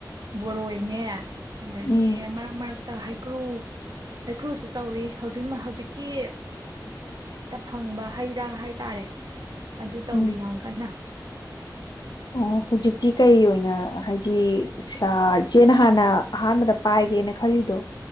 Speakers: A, on the right; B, on the left.
A: ꯕꯣꯔꯣꯅꯦ ꯑꯗꯒꯤ
B: ꯎꯝ
A: ꯃꯔꯛ ꯃꯔꯛꯇ ꯍꯩꯀ꯭ꯔꯨ ꯍꯥꯏ ꯀ꯭ꯔꯣꯁ ꯇꯧꯔꯤ ꯍꯧꯖꯤꯛ ꯍꯧꯖꯤꯛꯀꯤ ꯇ ꯐꯪꯕ ꯍꯩ ꯔꯥ ꯍꯥꯏꯇꯥꯔꯦ ꯑꯗꯨ ꯇꯧꯔꯤ
B: ꯎꯝ
A: ꯌꯥꯝ ꯀꯟꯅ
B: ꯑꯣ ꯍꯧꯖꯤꯛꯇꯤ ꯀꯩ ꯑꯣꯏꯅ ꯍꯥꯏꯗꯤ ꯏꯆꯦꯅ ꯍꯥꯟꯅ ꯑꯍꯥꯟꯕꯗ ꯄꯥꯏꯒꯦꯅ ꯈꯜꯂꯤꯗꯣ